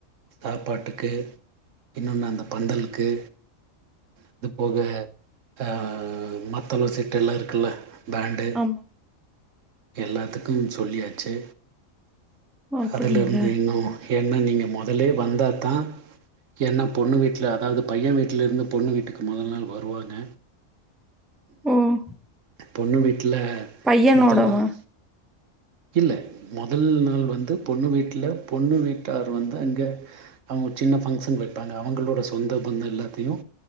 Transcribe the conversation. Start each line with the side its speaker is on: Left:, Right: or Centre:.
Right: சாப்பாட்டுக்கு இன்னோனு அந்த பந்தல்க்கு அது போக ஆ மத்தளோ செட்டெல்லா இருக்குல்ல பேண்டு
Centre: ஆமா.
Right: எல்லாத்துக்கு சொல்லியாச்சு
Centre: ஓ! அப்படிங்களா?
Right: அதுலருந்து இன்னு ஏன்னா நீங்க மொதலே வந்தா தா என்ன பொண்ணு வீட்ல அதாவ்து பைய வீட்லருந்து பொண்ணு வீட்டுக்கு மொதல் நாள் வருவாங்க
Centre: ம்
Right: பொண்ணு வீட்ல
Centre: பையனோடவா
Right: மொதல் நாள் இல்ல மொதல் நாள் வந்து பொண்ணு வீட்ல பொண்ணு வீட்டார் வந்து அங்க அவுங்க சின்ன ஃபங்க்ஷன் வெப்பாங்க அவுங்களோட சொந்தோ பந்தோ எல்லாத்தையு